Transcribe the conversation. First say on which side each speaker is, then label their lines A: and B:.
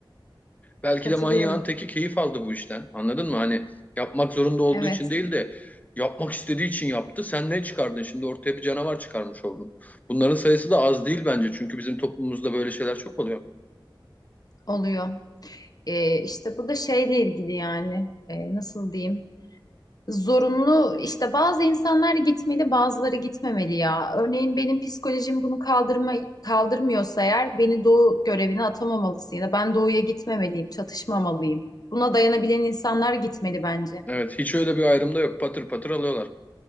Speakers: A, on the left (about 20°); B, on the left (about 50°).
A: Belki
B: Katılıyorum.
A: de manyağın teki keyif aldı bu işten. Anladın mı? Hani yapmak zorunda olduğu
B: Evet
A: için değil de yapmak istediği için yaptı. Sen ne çıkardın? Şimdi ortaya bir canavar çıkarmış oldun. Bunların sayısı da az değil bence. Çünkü bizim toplumumuzda böyle şeyler çok oluyor.
B: oluyor. Ee, işte bu da şeyle ilgili yani Ee, nasıl diyeyim? Zorunlu işte bazı insanlar gitmeli, bazıları gitmemeli ya. Örneğin benim psikolojim bunu kaldırma, kaldırmıyorsa eğer beni doğu görevine atamamalısın ya da ben doğuya gitmemeliyim, çatışmamalıyım. Buna dayanabilen insanlar gitmeli bence.
A: Evet, hiç öyle bir ayrım da yok. Patır patır alıyorlar.